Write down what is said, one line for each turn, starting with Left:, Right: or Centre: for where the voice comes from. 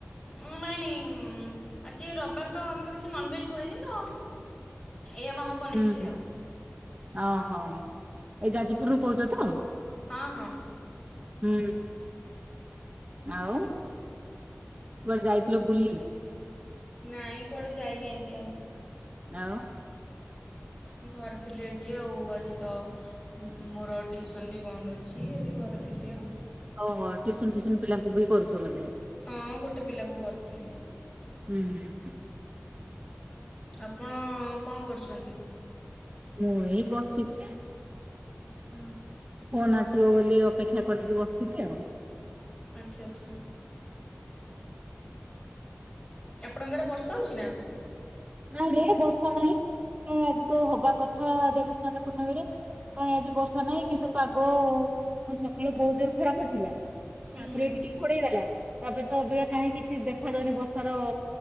Left: ଉ ନାଇଁ ନାଇଁ ଆଜି ରବିବାର ତ ଆମର କିଛି ନନଭେଜ ହୁଏନି ତ, ଏଇା ମାମା ବନେଇଥିଲେ
Right: ହୁଁ।
Left: ଆଉ
Right: ଓହୋ ଏଇ ଯାଜପୁରରୁୁ କହୁଛ ତ
Left: ହଁ ହଁ
Right: ହୁଁ ଆଉ ଖୁଆତେ ଯାଇଥିଲ ବୁଲି?
Left: ନାଇଁ କୁଆଡେ ଯାଇନି ଆଜି ଆଉ।
Right: ଆଉ
Left: ଘରେ ଥିଲି ଆଜି ଆଉ ଆଜି ତ ମୋର ଟିଉସନ ବି ବନ୍ଦ ଅଛି ଆଜି ଘରେ ଥିଲି ଆଉ
Right: ଓହୋ ଟ୍ୟୁସନ ଫ୍ୟୁସନ ପିଲାଙ୍କୁ ବି କରୁଛ ବୋଧେ?
Left: ହଁ ଗୋଟେ ପିଲାକୁ କରୁଥିଲି।
Right: ହୁଁ ହୁଁ।
Left: ଆପଣ କଣ କରୁଛନ୍ତି?
Right: ମୁଁ ଏଇ ବସିଛି
Left: ଆଚଛା
Right: ଫୋନ୍ ଆସିବ ବୋଲି ଅପେକ୍ଷା କରିିକି ବସିଥିଲି ଆଉ
Left: ଆଛା ଆଛା ଆପଣଙ୍କର ବର୍ଷା ହଉଛି ନା?
Right: ନାଇ ରେ ବର୍ଷା ନହିଁ ଆଜି ତ ହବା କଥା ଦେବସ୍ନାନ ପୂର୍ଣ୍ଣମୀରେ କାଁଇ ଆଜି ବର୍ଷା ନାହିଁ କିନ୍ତୁ ପାଗ ସକାଳୁ ବହୁତ ଜୋର୍ ରେ ଖରା କରିଥିଲା
Left: ହୁଁ
Right: ଆପ ଏଇ ଟିକ କଣେଇଦଲା <unintelligible> ତାପରେ ତ ଅବିକା କାହିଁ କିଛି ଦେଖାଯାଉନି ବର୍ଷାର